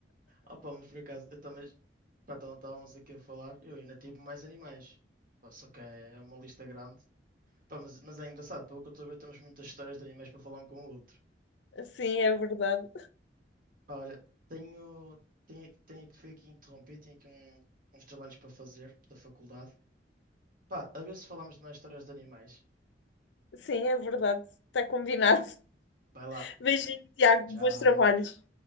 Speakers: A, on the right; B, on the left.
A: Opa, mas por acaso, eu também. Pá, então estávamos aqui a falar, eu ainda tive mais animais. Pá, só que é uma lista grande. Pá, mas, mas é engraçado, pelo que eu estou a ver, temos muitas histórias de animais para falar um com o outro.
B: Sim, é verdade.
A: Pá, olha, tenho. Tenho, tenho que fui aqui interromper, tenho aqui um- uns trabalhos para fazer da faculdade. Pá, a ver se falamos de mais histórias de animais.
B: Sim, é verdade. Está combinado.
A: Vai lá.
B: <laughs> Beijinho, Tiago.
A: Tchau.
B: Bons trabalhos.